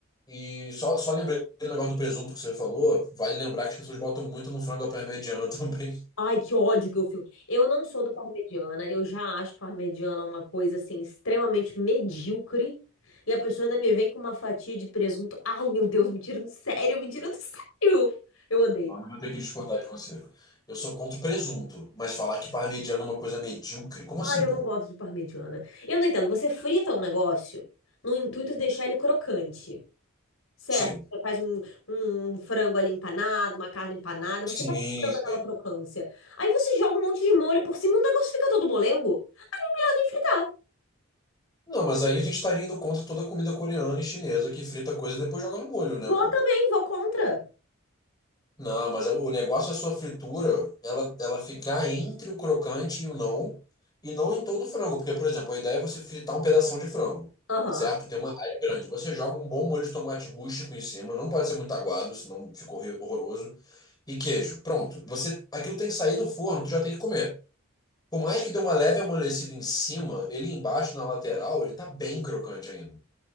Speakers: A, on the left; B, on the left.
A: E só, só lembrei do negócio do presunto que você falou, vale lembrar que as pessoas botam muito no frango à parmegiana <laughs> também.
B: Ai, que ódio que eu fico. Eu não sou do parmegiana, eu já acho parmegiana uma coisa assim extremamente medíocre. E a pessoa ainda me vem com uma fatia de presunto. Ai, meu Deus, me tira do sério, me tira do sério. Eu odeio.
A: Eu tenho que discordar de você. Eu sou contra o presunto, mas falar que parmegiana é uma coisa medíocre, como
B: Ai,
A: assim,
B: eu
A: pô?
B: não gosto de parmegiana. Eu não entendo, você frita um negócio no intuito de deixar ele crocante, certo?
A: Sim.
B: Você faz um, um frango ali empanado, uma carne empanada, você
A: Sim.
B: tá procurando aquela crocância. Aí você joga um monte de molho por cima e o negócio fica todo molengo. Ah, nem fritar.
A: Não, mas aí a gente estaria indo contra toda a comida coreana e chinesa que frita coisa e depois joga no molho, né,
B: Vou
A: pô?
B: também, vou contra.
A: Não, mas é o negócio é a sua fritura, ela, ela ficar entre o crocante e o não, e não em todo o frango, porque, por exemplo, a ideia é você fritar um pedação de frango,
B: Aham.
A: certo? Tem uma área grande. Você joga um bom molho de tomate rústico em cima, não pode ser muito aguado, senão ficou horroroso. e queijo. Pronto. Você, aquilo tem que sair do forno, tu já tem que comer. Por mais que dê uma leve amolecida em cima, ele embaixo na lateral, ele tá bem crocante ainda.